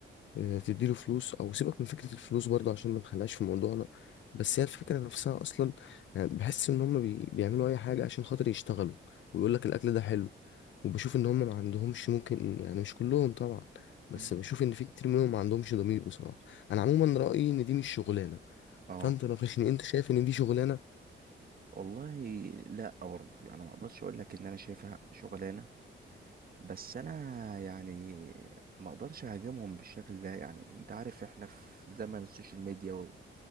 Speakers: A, on the left; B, on the right.
A: آه، تديله فلوس او سيبك من فكره الفلوس برضو عشان ما نخليهاش في موضوعنا بس هي الفكره نفسها اصلا يعني بحس ان هم بي... بيعملوا اي حاجه عشان خاطر يشتغلوا ويقول لك الاكل ده حلو وبشوف ان هم ما عندهمش ممكن يعني مش كلهم طبعا بس
B: أمم.
A: بشوف ان في كتير منهم ما عندهمش ضمير بصراحه انا عموما رايي ان دي مش شغلانه
B: اه
A: فانت ناقشني انت شايف ان دي شغلانه
B: والله لا برضه يعني ما اقدرش اقول لك ان انا شايفها شغلانه بس انا يعني ما اقدرش اهاجمهم بالشكل ده يعني انت عارف احنا في زمن السوشيال ميديا و...